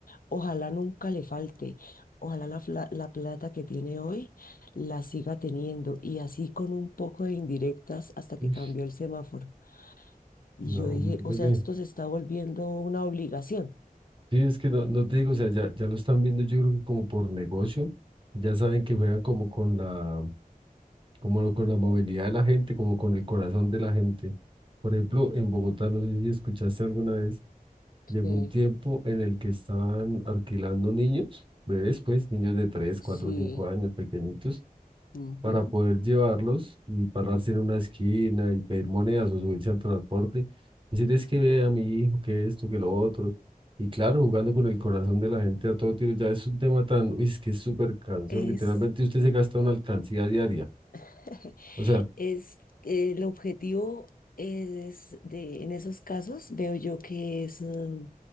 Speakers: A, on the left; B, on the right.
A: Ojalá nunca le falte, ojalá la, fla- la plata que tiene hoy la siga teniendo y así con un poco de indirectas hasta que
B: sí.
A: cambió el semáforo. Y
B: No,
A: yo dije,
B: hombre.
A: o sea, esto se está volviendo una obligación.
B: Sí, es que no, no te digo, o sea, ya, ya lo están viendo yo creo que como por negocio, ya saben que juegan como con la, como lo- con la movilidad de la gente, como con el corazón de la gente. Por ejemplo, en Bogotá, no sé si escuchaste alguna vez, llegó
A: Sí,
B: un tiempo en el que estaban alquilando niños, bebés pues, niños de 3
A: sí.
B: 4 5 años, pequeñitos,
A: ujú.
B: para poder llevarlos y pararse en una esquina y pedir monedas o subirse al transporte. Decir es que ve a mi hijo, que esto, que lo otro. Y claro, jugando con el corazón de la gente a todo tiro, ya es un tema tan, uy, es que es súper cansón.
A: Es
B: Literalmente usted se gasta una alcancía diaria.
A: <laughs>
B: O sea,
A: Es, eh, el objetivo es de, en esos casos veo yo que es, mm,